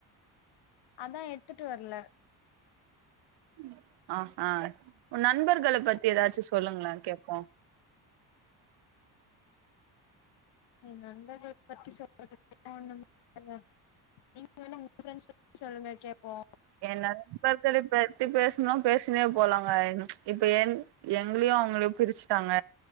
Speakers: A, on the left; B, on the right.
A: அதா எடுத்துட்டு வரல
B: ம், ஆஹ உ நண்பர்கள பத்தி ஏதாச்சு சொல்லுங்களே கேப்போ
A: எ நண்பர்கள பத்தி சொல்றதுக்குலா ஒண்ணுமே இல்ல நீங்க வேணா உங்க ஃப்ரெண்ட்ஸ் பத்தி சொல்லுங்க கேப்போ
B: ஏ நண்பர்களப் பத்தி பேசுனோ பேசினே போலாங்க இப்ப என் எங்களையு அவங்களையு பிரிச்சுட்டாங்க